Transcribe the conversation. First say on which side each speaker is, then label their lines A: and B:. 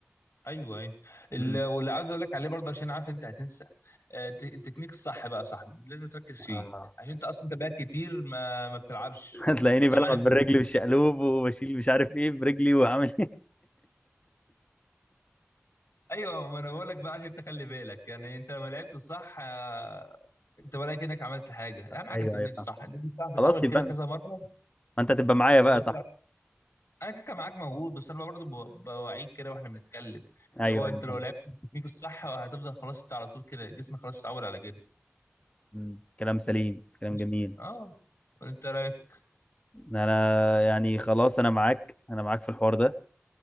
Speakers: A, on the left; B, on the left.
A: ايوه ايوه ال-
B: مم.
A: واللي عايز اقول لك عليه برضه عشان عارف انت هتنسى آه، الت- التكنيك الصح بقى يا صاحبي لازم تركز فيه
B: اه
A: عشان انت اصلا انت بقى كتير ما ما بتلعبش
B: <laughs> هتلاقيني
A: فطبعا
B: بلعب
A: انت
B: بالرجل
A: <laughs>
B: بالشقلوب وبشيل مش عارف ايه برجلي وعامل
A: ايوه ما انا بقول لك بقى عشان تخلي بالك يعني انت لما لعبت الصح آه، انت ولا كانك عملت حاجه
B: <laughs>
A: اهم حاجه
B: ايوه
A: التكنيك
B: ايوه
A: الصح
B: فاهم
A: لازم تعرف الاول
B: خلاص
A: كده
B: يبقى
A: كذا
B: ما
A: مره
B: انت هتبقى معايا
A: اللي
B: بقى
A: هو
B: صح
A: تلعب انا كده كان معاك موجود بس انا برضه ب- بوعيك كده واحنا بنتكلم
B: ايوه
A: اللي هو
B: ايوه
A: انت لو
B: فاهم
A: لعبت التكنيك الصح آه، هتفضل خلاص انت على طول كده جسمك خلاص اتعود على كده
B: مم. كلام سليم كلام
A: ماشي
B: جميل
A: اه وانت رايك
B: انا يعني خلاص انا معاك انا معاك في الحوار ده